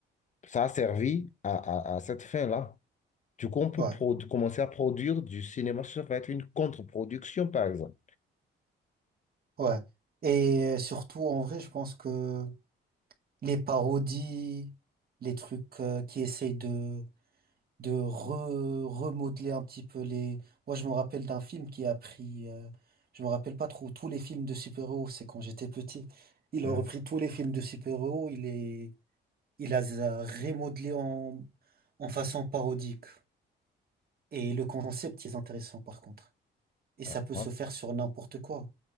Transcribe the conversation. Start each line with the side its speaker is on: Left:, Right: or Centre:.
Left: ça a servi à, à- à cette fin-là. Du coup, on peut
Right: ouais,
Left: produ- commencer à produire du cinéma, ça va être une contre-production, par exemple.
Right: ouais. Et euh, surtout, en vrai, je pense que les parodies, les trucs euh, qui essayent de de re- remodeler un petit peu les... Moi, je me rappelle d'un film qui a pris... euh, je me rappelle pas trop, tous les films de super-héros, c'est quand j'étais petit. Il
Left: Hein.
Right: a repris tous les films de super-héros, il les... il les a remodelés en... en façon parodique. Et le concept est intéressant, par contre. Et ça
Left: Ah,
Right: peut se
Left: Hein.
Right: faire sur n'importe quoi.